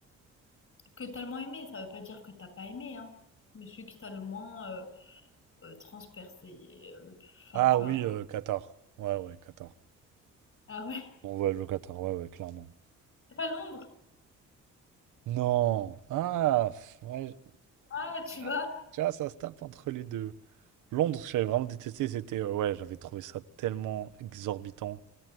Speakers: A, on the left; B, on the right.
A: Que t'as le moins aimé, ça veut pas dire que t'as pas aimé, hein. Mais celui que t'as le moins euh, euh, transpercé, euh, le plus. Enfin,
B: Ah
A: tu
B: oui,
A: vois.
B: euh, Qatar. Ouais, ouais, Qatar.
A: Ah ouais,
B: On voyage au Qatar, ouais, ouais, clairement.
A: c'est pas Londres.
B: Non. Ah, pff, ouais. je-
A: Ah, tu
B: ah,
A: vois.
B: Tu vois, ça se tape entre les deux. Londres, j'avais vraiment détesté. C'était, euh, ouais, j'avais trouvé ça tellement exorbitant